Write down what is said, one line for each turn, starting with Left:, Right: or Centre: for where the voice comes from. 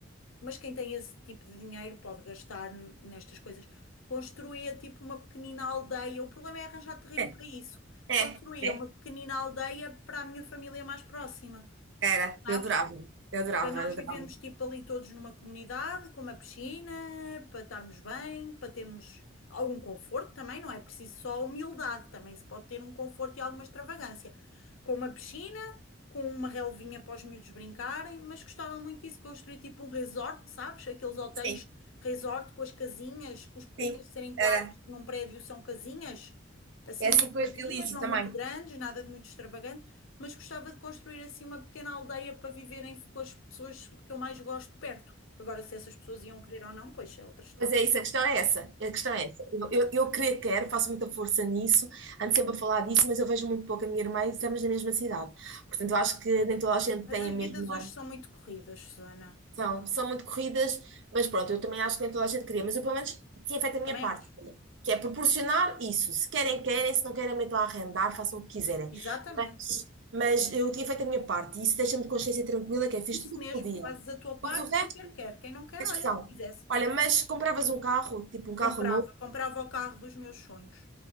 Left: mas quem tem esse tipo de dinheiro pode gastar n- nestas coisas. Construía tipo uma pequenina aldeia. O problema é arranjar terreno
Right: É,
Left: para isso.
Right: é,
Left: Construía
Right: é,
Left: uma pequenina aldeia para a minha família mais próxima,
Right: era,
Left: sabes?
Right: eu adorava, eu adorava,
Left: Para nós
Right: eu adorava.
Left: vivermos tipo ali todos numa comunidade, com uma piscina, para estarmos bem, para termos algum conforto também, não é preciso só humildade, também se pode ter um conforto e alguma extravagância. Com uma piscina, com uma relvinha para os miúdos brincarem, mas gostava muito disso, construir tipo um resort, sabes? Aqueles hotéis
Right: Sim,
Left: resort com as casinhas, com os-
Right: sim,
Left: em vez de serem quartos
Right: era.
Left: num prédio, são casinhas, assim
Right: É assim
Left: umas
Right: que
Left: casinhas,
Right: eu idealizo
Left: não
Right: também.
Left: muito grandes, nada de muito extravagante mas gostava de construir assim uma pequena aldeia para viverem com as pessoas que eu mais gosto perto. Agora, se essas pessoas iam querer ou não, pois é outra história.
Right: Mas é isso, a questão é essa, a questão é essa. Eu, eu, eu creio que quero, faço muita força nisso, ando sempre a falar disso, mas eu vejo muito pouco a minha irmã e estamos na mesma cidade. Portanto, eu acho que nem toda a gente
Left: Mas
Right: tem
Left: as
Right: a
Left: vidas
Right: mesma.
Left: hoje são muito corridas, Susana.
Right: São, são muito corridas, mas pronto, eu também acho que nem toda a gente queria, mas eu pelo menos tinha feito a minha
Left: Também
Right: parte,
Left: acho.
Right: olha, que é proporcionar isso. Se querem, querem, se não querem, metam a arrendar, façam o que quiserem.
Left: Exatamente.
Right: Mas, mas eu tinha feito a minha parte e isso deixa-me de consciência tranquila, que é fiz
Left: Isso
Right: tudo
Left: mesmo,
Right: o que podia.
Left: fazes a tua parte,
Right: Mas o resto
Left: quem quer quer, quem não quer,
Right: é
Left: olha,
Right: discussão.
Left: quisesse.
Right: Olha, mas compravas um carro, tipo um carro
Left: Comprava,
Right: novo,
Left: comprava o carro dos meus sonhos.